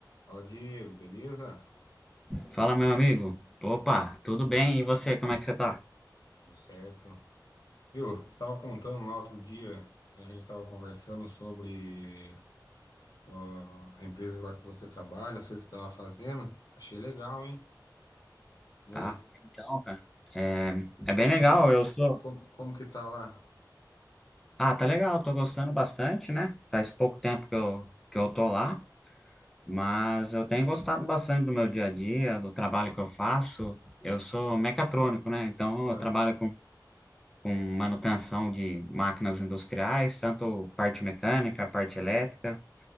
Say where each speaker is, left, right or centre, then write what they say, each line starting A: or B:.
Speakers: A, on the left; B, in the centre.
A: Fala, Diego, beleza?
B: Fala, meu amigo. Opa, tudo bem? E você, como é que você tá?
A: Tudo certo. Viu, você estava contando lá outro dia, né, a gente estava conversando sobre ó, a empresa lá que você trabalha, as coisas que você estava fazendo. Achei legal, hein? E
B: Ah,
A: aí,
B: então, cara. É, é bem
A: como
B: legal,
A: que,
B: eu sou.
A: como, como que tá lá?
B: Ah, tá legal, tô gostando bastante, né? Faz pouco tempo que eu, que eu tô lá, mas eu tenho gostado bastante do meu dia a dia, do trabalho que eu faço. Eu sou mecatrônico, né? Então
A: Ah,
B: eu trabalho com, com manutenção de máquinas industriais, tanto parte mecânica, parte elétrica.